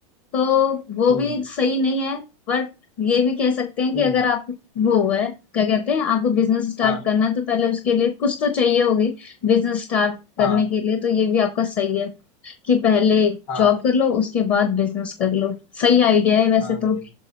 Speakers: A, on the left; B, on the left.
A: तो वो
B: हम्म
A: भी सही नहीं है बट ये भी कह सकते हैं
B: हम्म
A: कि अगर आप वो है क्या कहते हैं आपको बिजनेस स्टार्ट
B: हाँ
A: करना है तो पहले उसके लिए कुछ तो चाहिए होगी बिजनेस स्टार्ट
B: हाँ
A: करने के लिए तो ये भी आपका सही है कि पहले
B: हाँ
A: जॉब कर लो उसके बाद बिजनेस कर लो सही आइडिया है वैसे
B: हाँ भाई
A: तो